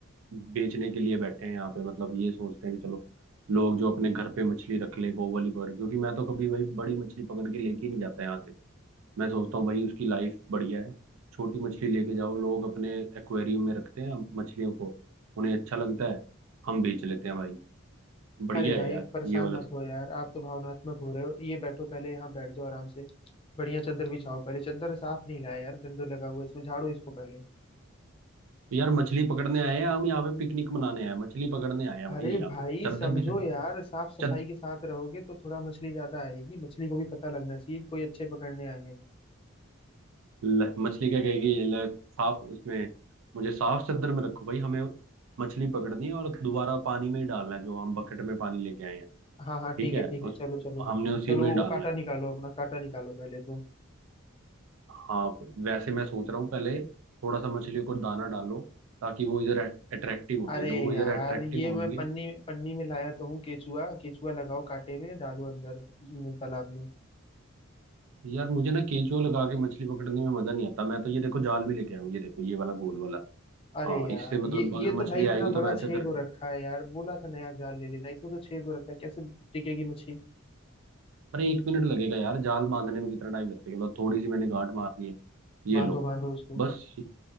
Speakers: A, on the right (about 85°); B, on the left (about 25°).
A: बेचने के लिए बैठे हैं यहाँ पे मतलब ये सोचते हैं कि चलो लोग जो अपने घर पे मछली रख ले वो वाली पकड़ क्योंकि मैं तो कभी भाई बड़ी मछली पकड़ के लेके ही नहीं जाता यहाँ से मैं सोचता हूँ भाई उसकी लाइफ बढ़िया है छोटी मछली लेके जाओ लोग अपने एक्वेरियम में रखते हैं मछलियों को उन्हें अच्छा लगता है हम बेच लेते हैं भाई बढ़िया
B: अरे भाई
A: है यार
B: परेशान
A: ये वाला
B: मत हो यार आप तो भावनात्मक हो रहे हो ये बैठो पहले यहाँ बैठ जाओ आराम से बढ़िया चादर बिछाओ पहले चादर साफ नहीं लाया यार गंदो लगा हुआ है इसमें झाड़ो इसको पहले
A: यार मछली पकड़ने आए हैं हम यहाँ पे पिकनिक मनाने आए हैं मछली पकड़ने आए हैं
B: अरे
A: भाई यहाँ
B: भाई
A: पे चद्दर
B: समझो
A: भी चाहिए
B: यार साफ सफाई
A: चद
B: के साथ रहोगे तो थोड़ा मछली ज्यादा आएगी मछली को भी पता लगना चाहिए कि कोई अच्छे पकड़ने आए हैं
A: ल- मछली क्या कहेगी ल- साफ उसमें मुझे साफ चद्दर में रखो भाई हमें मछली पकड़नी है और दोबारा पानी में ही डालना है जो हम बकेट में पानी लेके आए हैं
B: हाँ हाँ
A: ठीक
B: ठीक
A: है
B: है ठीक है
A: उस
B: चलो चलो
A: हमने उसी
B: चलो
A: में ही डालना
B: वो कांटा
A: है
B: निकालो अपना कांटा निकालो पहले तो
A: हाँ वैसे मैं सोच रहा हूँ पहले थोड़ा सा मछलियों को दाना डालो ताकि वो इधर अट्रैक्टिव हो
B: अरे
A: जाए जब वो इधर
B: यार
A: अट्रैक्टिव
B: ये
A: होंगी
B: मैं पन्नी पन्नी में लाया तो हूँ केचुआ केचुआ लगाओ कांटे में डालो अंदर न, तालाब में
A: यार मुझे ना केंचुआ लगा के मछली पकड़ने में मजा नहीं आता मैं तो ये देखो जाल भी लेके आया हूँ ये देखो ये वाला गोल वाला
B: अरे
A: हाँ
B: यार
A: इससे मतलब
B: ये
A: अगर
B: ये तो
A: मछली
B: भाई इतना
A: आएगी
B: बड़ा
A: तो मैं ऐसे
B: छेद
A: करके
B: हो रखा है यार बोला था नया जाल ले लेना इसमें तो छेद हो रखा है कैसे टिकेगी मछली
A: अरे एक मिनट लगेगा यार जाल बांधने में कितना टाइम लगता है लो थोड़ी सी मैंने गांठ मारनी है ये
B: बांधो
A: लो
B: बांधो उसको
A: बस